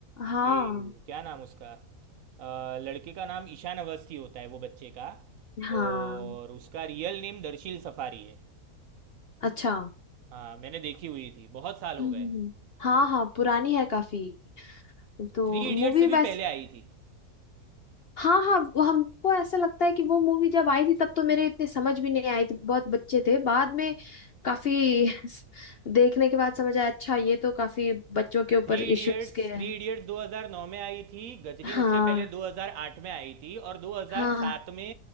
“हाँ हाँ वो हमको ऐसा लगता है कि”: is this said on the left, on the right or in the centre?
Left